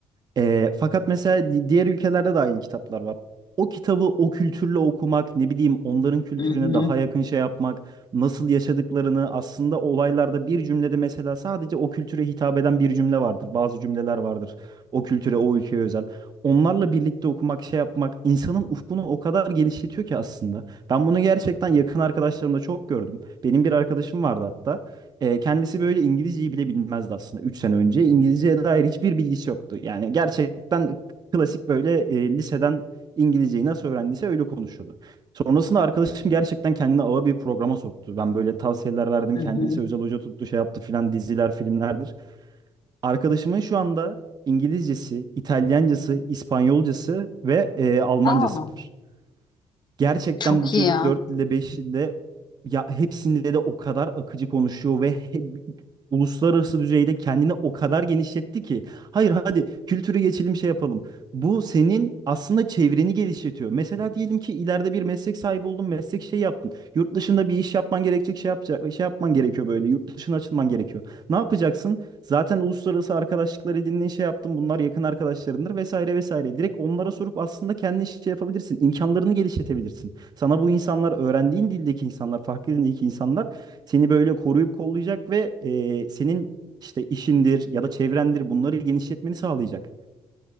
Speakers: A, on the right; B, on the left.
A: Ee, fakat mesela di- diğer ülkelerde de aynı kitaplar var. O kitabı o kültürle okumak, ne bileyim onların kültürüne
B: Hı hı,
A: daha yakın şey yapmak, nasıl yaşadıklarını aslında olaylarda bir cümlede mesela sadece o kültüre hitap eden bir cümle vardır. Bazı cümleler vardır o kültüre, o ülkeye özel. Onlarla birlikte okumak, şey yapmak insanın ufkunu o kadar genişletiyor ki aslında. Ben bunu gerçekten yakın arkadaşlarımda çok gördüm. Benim bir arkadaşım vardı hatta. E, kendisi böyle İngilizceyi bile bilmezdi aslında 3 sene önce. İngilizceye dair hiçbir bilgisi yoktu. Yani gerçekten klasik böyle e, liseden İngilizceyi nasıl öğrendiyse öyle konuşuyordu. Sonrasında arkadaşım gerçekten kendini ağır bir programa soktu. Ben böyle tavsiyeler verdim.
B: hı
A: Kendisi
B: hı.
A: özel hoca tuttu, şey yaptı filan diziler, filmlerdir. Arkadaşımın şu anda İngilizcesi, İtalyancası, İspanyolcası ve e, Almancası
B: Aa,
A: var. Gerçekten
B: çok
A: bu çocuk
B: iyi ya.
A: 4 dilde 5 dilde ya hepsinde de o kadar akıcı konuşuyor ve he- uluslararası düzeyde kendini o kadar genişletti ki. Hayır hadi kültürü geçelim şey yapalım. Bu senin aslında çevreni geliştiriyor. Mesela diyelim ki ileride bir meslek sahibi oldun, meslek şey yaptın. Yurt dışında bir iş yapman gerekecek, şey yapacak, şey yapman gerekiyor böyle. Yurt dışına açılman gerekiyor. Ne yapacaksın? Zaten uluslararası arkadaşlıklar edindiğin şey yaptın. Bunlar yakın arkadaşlarındır vesaire vesaire. Direkt onlara sorup aslında kendi şey yapabilirsin. İmkanlarını geliştirebilirsin. Sana bu insanlar öğrendiğin dildeki insanlar, farklı dildeki insanlar seni böyle koruyup kollayacak ve e, senin işte işindir ya da çevrendir bunları genişletmeni sağlayacak.